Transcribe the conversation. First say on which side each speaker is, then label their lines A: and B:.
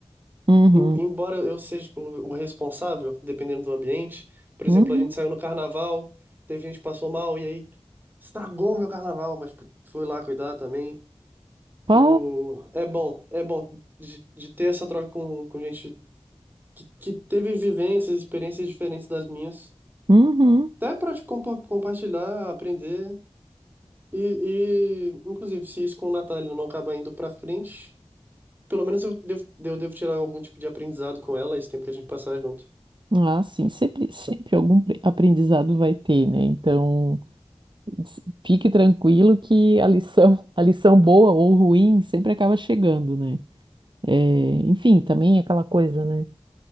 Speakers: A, on the right; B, on the right.
A: Uhum,
B: em- embora eu seja, tipo, o responsável, dependendo do ambiente. Por exemplo,
A: uhum,
B: a gente saiu no carnaval, teve gente que passou mal, e aí estragou meu carnaval, mas tipo, fui lá cuidar também.
A: pá,
B: O, é bom, é bom de, de ter essa troca com, com gente que, que teve vivências, experiências diferentes das minhas,
A: uhum.
B: até para compartilhar, aprender. E, e, inclusive, se isso com o Natália não acaba indo para frente, pelo menos eu devo, eu devo tirar algum tipo de aprendizado com ela esse tempo que a gente passar junto.
A: Ah, sim, sempre, sempre algum pre- aprendizado vai ter, né? Então, s- fique tranquilo que a lição, <laughs> a lição boa ou ruim sempre acaba chegando, né? É, enfim, também é aquela coisa, né?